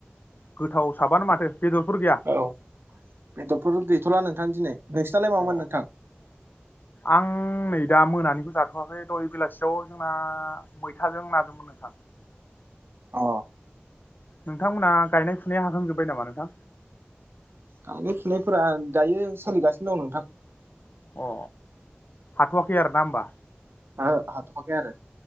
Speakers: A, on the left; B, on the right.
A: गोथाव साबानो माथो बेदरफोर गैया
B: औ बेदरफोर गैथ'ला नों सान दिनै। नोंसिनालाय मामोन
A: अ
B: नोंथां
A: आं नै दा मोनानिबो जाब गथ'वाखै दह बेलासियाव जोंना मैथाजों नाजोंमोन नोंथां
B: अ
A: नोंथांमोनहा गायनाय फुनाया हाखांजोबबाय नामा नोंथां।
B: गायनाय फुनायफोरा दायो सोलिगासिनो दं नोंथां।
A: अ हाथ'वाखै आरो ना होमबा।
B: ओहो‌ हाथ'आखै‌ आरो